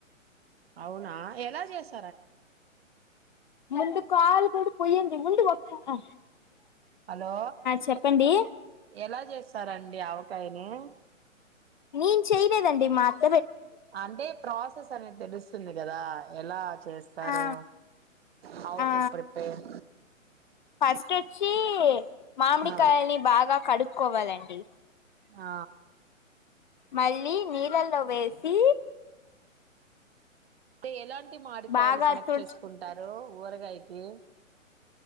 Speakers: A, on the right; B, on the left.
A: అవునా ఎలా చేస్తా
B: ముందు కాలకు పొయ్య, ముందు వక్క ఆ,
A: హలో
B: చెప్పండి
A: ఎలా చేస్త, సరండి ఆవకాయని,
B: నేను చెయలేదండి మా అ
A: అంటే ప్ర సస్ అనేది తెలుస్తుంది కదా ఎలా, చేస్తారు
B: ఆ
A: హౌ
B: ఆ
A: టు ప్రిపేర్
B: ఫస్ట్ వచ్చి మామిడికాయలని
A: ఆ
B: బాగా కడుకో, కోవాలండి,
A: ఆ
B: మళ్ళీ నీళ్ళల్లో వేసి,
A: ఎలాంటి టి మాడికాయలు
B: బాగా
A: సెలెక్ట్
B: తుడుచు
A: చేసుకుంటారు ఊరగాయకి,